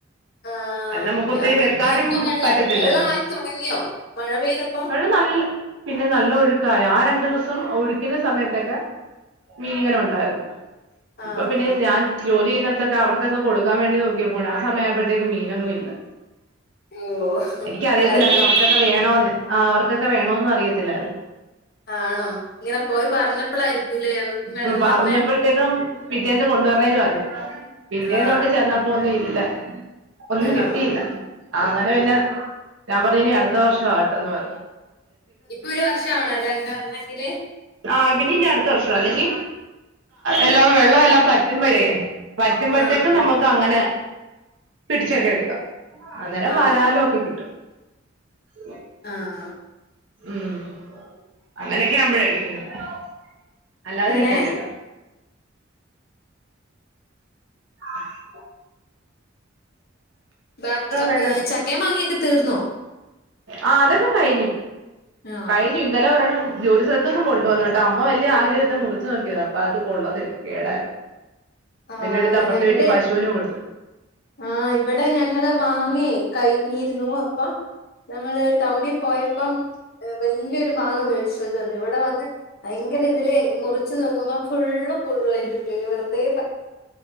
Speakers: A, on the left; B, on the right.
A: ആ
B: അത് നമുക്ക്
A: ഓക്കേ.
B: ഒത്തിരി
A: ആ,
B: വെക്കാനും
A: ഇപ്പൊ ഇപ്പൊ വെള്ളം
B: പറ്റത്തില്ലല്ലോ
A: വെള്ളമായി തുടങ്ങിയോ മഴ പെയ്തപ്പോ
B: വെള്ളം നല്ല പിന്നെ നല്ല ഒഴുക്കായ ആ ര ദിവസം ഒഴുകുന്ന സമയത്തൊക്കെ മീൻ ഇങ്ങനെ ഉണ്ടായിരുന്നു
A: ആ
B: ഇപ്പൊ പിന്നെ
A: ആ
B: ഞാൻ ജോലി ചെയ്യുന്നടത്തൊക്കെ അവർക്കൊക്കെ കൊടുക്കാൻ വേണ്ടി നോക്കിയപ്പോഴാ ആ സമയായപഴത്തേക്കും മീനൊന്നും ഇല്ല
A: ഓ
B: എനിക്കറിയത്തില്ലായിരുന്നു
A: കറക്റ്റ്
B: അവർക്കൊക്കെ വേണോന്ന് ആ അവർക്കൊക്കെ വേണോന്നു അറിയത്തില്ലായിരുന്നു
A: ആണോ ങ്ങനെ പോയി പറഞ്ഞപ്പളായിരിക്കൂല്ലേ അവർക്കും വേണന്ന്
B: ഉം പറഞ്ഞപ്പോഴത്തേക്കും
A: പറഞ്ഞേ
B: പിറ്റേന്ന് കൊണ്ടുവർണേന്ന് പറഞ്ഞ് പിറ്റേന്നൊണ്ട്
A: ആ
B: ചെന്നപ്പോന്നും ഇല്ല ഒന്നും കിട്ടിയില്ല
A: ആ.
B: അങ്ങനെ പിന്നെ ഞാൻ പറഞ്ഞിനി അടുത്ത വർഷ ആട്ടന്ന് പറു
A: ഇപ്പൊ ഒരു വർഷം ആവണ അതങ്ങനെ വരണങ്കില്
B: ആ പിന്നിനി അടുത്ത വർഷം അല്ലെങ്കി എല്ലാം വെള്ളം എല്ലാം പറ്റുമ്പോഴേ പറ്റുമ്പോഴത്തേക്കും
A: ആ ആ
B: നമുക്ക് അങ്ങനെ പിടിച്ചൊക്കെ എടുക്കാം അന്നേരം
A: ആ
B: വരാലും ഒക്കെ കിട്ടും ഉ
A: ആഹ
B: ഉം അങ്ങനെയൊക്കെ ആമ്പഴായി <unintelligible> അല്ലാതെ
A: ഇങ്ങനെ
B: കിട്ടത്തില്ല ആഹ
A: ബാക്കി അ
B: വേണം
A: ചക്കെ മാങ്ങക്കെ തീർന്നോ
B: ആ അതൊക്കെ കഴിഞ്ഞു
A: ആഹ്
B: കഴിഞ്ഞു ഇന്നലെ ഒരണ്ണം ജോലി സ്ഥലത്തുന്ന് കൊണ്ടുവന്നു കേട്ടോ അമ്മ വലിയ ആഗ്രഹത്തെ മുറിച്ചു നോക്കിയത അപ്പൊ അത് കൊള്ളതില്ല കേടായിരുന്നു
A: ആ
B: പിന്നെ എടുത്ത്
A: അതെ
B: അപ്പുറത്തെ
A: ഞങ്ങടെ
B: വീട്ടിൽ പശുവിന് കൊടുത്തു
A: ആ ഇവിടെ ഞങ്ങള് മാങ്ങെ കയിഞ്ഞിരുന്നു അപ്പം ഞങ്ങള് ടൗണിൽ പോയപ്പം വലിയൊരു മാ വ <unintelligible> ഇവിടെ വന്ന് ഭയങ്കര ഇതില് മുറി ച്ച് നോക്കുമ്പോ ഫുള്ള് പുഴു അയ്ന്റുള്ളിൽ ള്ളില് വെറുതെ